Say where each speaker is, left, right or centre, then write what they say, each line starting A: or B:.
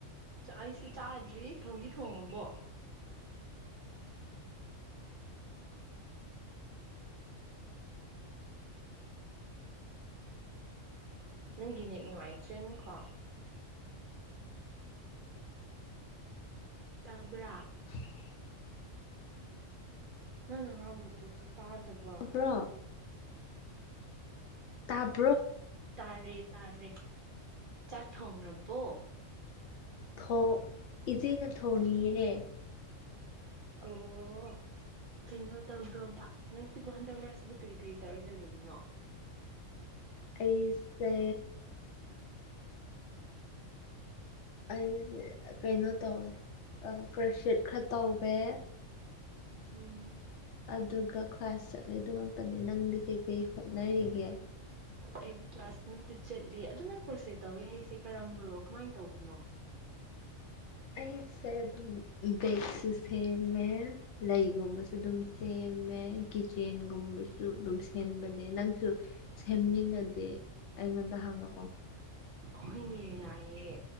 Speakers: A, on the right; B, on the left.
A: ꯑꯩꯁꯨ ꯆꯥꯗ꯭ꯔꯤ ꯊꯣꯡꯗꯤ ꯊꯣꯡꯉꯕꯣ? ꯅꯪꯒꯤ ꯅꯦꯇ ꯅꯨꯡꯉꯥꯏꯇ꯭ꯔꯦ ꯑꯃꯨꯛꯀ꯫ ꯇꯕ꯭ꯔꯥ?
B: <inaudible>
A: ꯅꯪꯅ ꯉꯥꯡꯕꯗꯨꯗꯤ ꯇꯥꯗꯕ꯫
B: ꯇꯥꯕ꯭ꯔꯣ ꯇꯥꯕ
A: ꯇꯥꯔꯦ ꯇꯥꯔꯦ ꯆꯥꯛ ꯊꯣꯡꯔꯕꯣ?
B: ꯊꯣꯡ ꯢꯆꯦꯅ ꯊꯣꯡꯉꯤꯌꯦ꯫
A: ꯑꯣ ꯀꯩꯅꯣ ꯇꯧꯕ꯭ꯔꯣꯕ ꯅꯪꯁꯤꯕꯨ ꯍꯟꯗꯛ ꯃꯔꯛꯁꯤꯕꯨ ꯀꯔꯤ ꯀꯔꯤ ꯇꯧꯔꯒ ꯂꯩꯔꯤꯅꯣ?
B: ꯑꯩꯁꯦ ꯑꯩꯁꯦ ꯀꯩꯅꯣ ꯇꯧꯋꯦ ꯀ꯭ꯔꯣꯁꯦꯠ ꯈꯔ ꯇꯧꯋꯦ
A: ꯎꯝ
B: ꯑꯗꯨꯒ ꯀ꯭ꯂꯥꯁ ꯆꯠꯂꯦ ꯑꯗꯨ ꯉꯛꯇꯅꯦ꯫ ꯅꯪꯗꯤ ꯀꯩ ꯀꯩ ꯍꯣꯠꯅꯔꯤꯒꯦ?
A: ꯑꯩꯗꯤ ꯀ꯭ꯂꯥꯁ ꯃꯛꯇ ꯆꯠꯂꯤ ꯫ ꯑꯗꯨ ꯅꯪ ꯀ꯭ꯔꯣꯁꯦꯠ ꯇꯧꯋꯦ ꯍꯥꯏꯁꯦ ꯀꯔꯝꯕꯔꯣ ꯀꯃꯥꯏꯅ ꯇꯧꯕꯅꯣ?
B: ꯑꯩꯁꯦ ꯑꯗꯨꯝ ꯕꯒꯁꯨ ꯁꯦꯝꯃꯦ, ꯂꯩꯒꯨꯝꯕꯁꯨ ꯑꯗꯨꯝ ꯁꯦꯝꯃꯦ, ꯀꯤꯠꯆꯦꯟꯒꯨꯝꯕꯁꯨ ꯑꯗꯨꯝ ꯁꯦꯝꯕꯅꯦ ꯅꯪꯁꯨ ꯁꯦꯝꯅꯤꯡꯉꯗꯤ ꯑꯩꯉꯣꯟꯗ ꯍꯪꯉꯛꯑꯣ
A: ꯑꯍꯣꯏꯅꯦ ꯌꯥꯏꯌꯦ